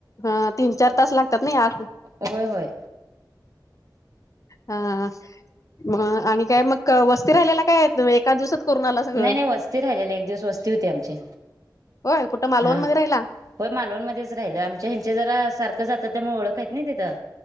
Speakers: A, on the left (about 45°); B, on the right (about 50°).
A: हा तीन चार तास लागतात ना आज
B: अय होय
A: हा मग आणि काय मग वस्ती राहिलेला काय आहे एका दिवसात. करून आला सगळं
B: नाही नाही वस्ती राहिलेली एक दिवस वस्ती होती आमची.
A: होय कुठं मालवणमध्येध्ये
B: हा
A: राहिला.
B: होय मालवणमध्येध्येच राहिल आमच्या ह्यांचे जरा सारखं जातात त्यामुळे ओळख आहेतत नाही तिथं.